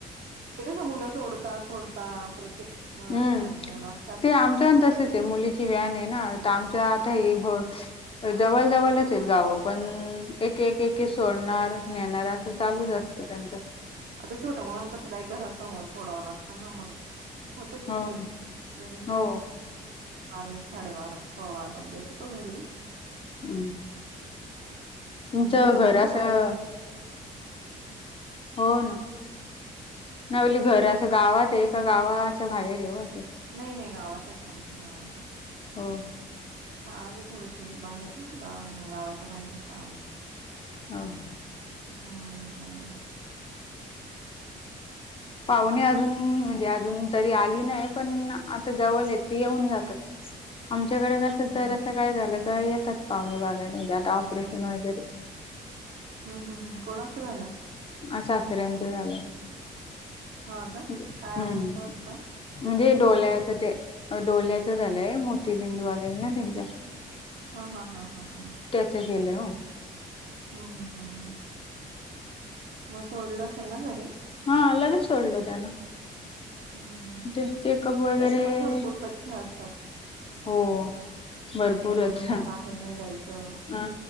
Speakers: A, on the right (about 55°); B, on the left (about 25°).
A: ते कस? मुलं सोडता सोडता प्रत्येक अ
B: हम्म
A: ठिकाणची मुलं असतात.
B: ते आमच्या पणं तसेच ती मुलीची व्हॅन आहे ना, तर आमच्या आता हे जवळ जवळच आहेत गावं, पण एक एक सोडणार, नेणार. ते
A: हं.
B: चालूच असतं त्यांच.
A: आता छोट्या मुलांना कसं? काही घरासमोर सोडावं लागत मग. होतोच उशीर
B: हो
A: जरी
B: हो
A: अरूला साडे बारा, सवा बारा पर्यंत नेथ होतो घरी
B: <inaudible> तुमचं
A: मुूलपन
B: घर असं
A: खूप आता
B: हो ना, नवली घर असं गावात आहे, का गावाच्या बाहेर आहे असं.
A: नाही नाही गावातच हाय आमच. गावातच हाय.
B: हो
A: शाळा ज थोडीशी बाहेर गाव गावाच्या बाहेर ये शाळा आमची.
B: हां.
A: हा हावे ला हाय.
B: पाहुणे अजून म्हणजे अजून तरी आली नाही, पण आता जवल ये ती येऊन जातात. आमच्याकडे असेल
A: हं,
B: तर
A: हं.
B: असं काय झालं का येतात पाहुणे बागायला म्हणे आता ऑपरेशन वगेरे.
A: हा हा हा. कोणाच झालं?
B: <unintelligible> सासऱ्यांचं झालंय.
A: हां का?
B: हम्म.
A: काय ओ? सहज का?
B: म्हणजे डोल्या्याच ते. डोल्या्च झालंय. मोती बिंदू आलेल ना त्यांच्या.
A: हा. हा. हा. हा. हा.
B: त्याच केलं हो.
A: हां. हां. हां. हां. मग सोडलं असेल ना घरी?
B: हां. लगेच सोडल त्याना.
A: हं, हं.
B: ते चेकअप वगैरे-
A: त्याचे पण भरपूर पथ्य असतात.
B: हो. भरपूरच
A: एक दोन महिना बाहेर नाही जायचं
B: हा